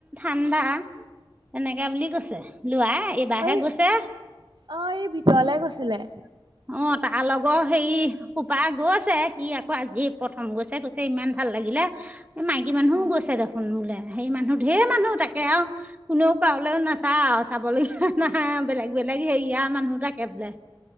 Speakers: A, on the right (about 15°); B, on the right (about 55°).
A: কমা এনেকে বুলি কৈছে লোৱা এইবাৰহে
B: ঐ
A: গৈছে।
B: অ এই ভিতৰলে গৈছিলে
A: <inaudible> অহ, তাৰ লগৰ হেৰি খোপা গৈছে সি আকৌ আজি প্ৰথম গৈছে গৈছে ইমান ভাল লাগিল। <unintelligible> এই মাইকী মানুহও
B: অ
A: গৈছে দেখোন বোলে। হেৰি মানুহ ঢেৰ মানুহ তাকে আৰু কোনেও কাৰোলৈও নাচায় আৰু চাবলগীয়া। নাহা বেলেগ -বেলেগ হেৰিয়া মানুহ থাকে বোলে।